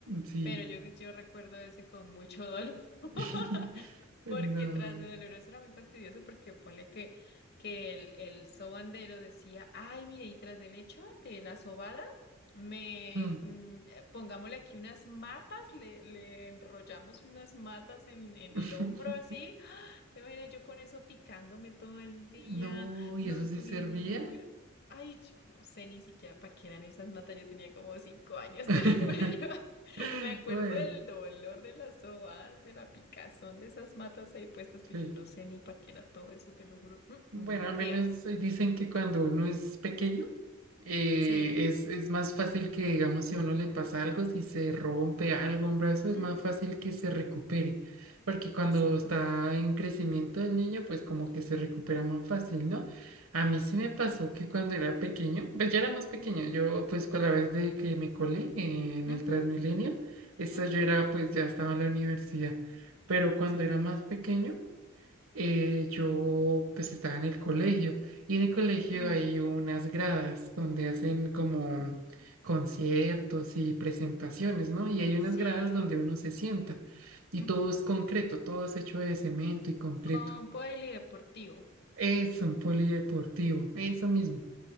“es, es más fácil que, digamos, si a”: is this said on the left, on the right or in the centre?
Right